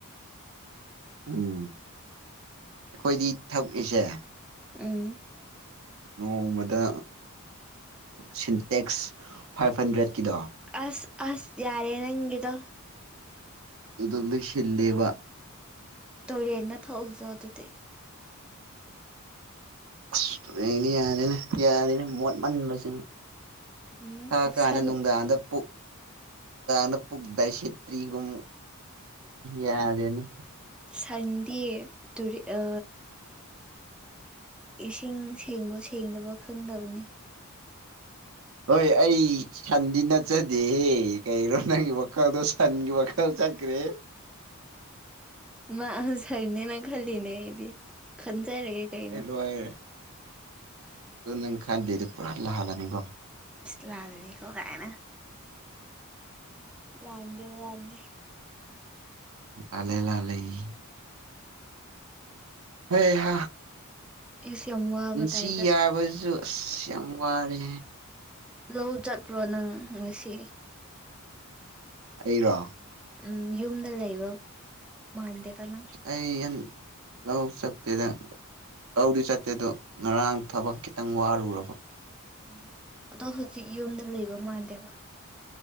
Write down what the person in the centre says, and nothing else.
ꯎꯝ
ꯑꯁ ꯑꯁ ꯌꯥꯔꯦ ꯅꯪꯒꯗꯣ
ꯇꯧꯔꯦꯟꯅ ꯊꯧꯖꯗꯗꯤ
ꯎꯝ
ꯁꯟ
ꯁꯟꯗꯤ ꯇꯔꯤ ꯑ ꯏꯁꯤꯡ ꯁꯦꯡꯕ ꯁꯦꯡꯗꯕ ꯈꯪꯗꯕꯅꯤ
ꯃꯥꯥ ꯁꯔꯅꯤ ꯅ ꯈꯂꯤꯅꯦ ꯏꯗꯤ ꯈꯟꯖꯔꯒꯦ ꯀꯩꯅ
ꯄꯤꯁꯂꯥꯗꯗꯤꯀꯣ ꯀꯥꯏꯅ ꯂꯗ ꯑꯗꯨ ꯂꯗꯤ
ꯏꯁ ꯌꯥꯝ ꯋꯥꯕ
ꯇꯥꯏꯞꯇ
ꯂꯧ ꯆꯠꯄ꯭ꯔꯣ ꯅꯪ ꯉꯁꯤ
ꯎꯝ ꯌꯨꯝꯗ ꯂꯩꯕ ꯃꯥꯟꯗꯦꯗ ꯅꯪ
ꯎꯝ ꯑꯗꯣ ꯍꯧꯖꯤꯛ ꯌꯨꯝꯗ ꯂꯩꯕ ꯃꯥꯟꯗꯦꯕ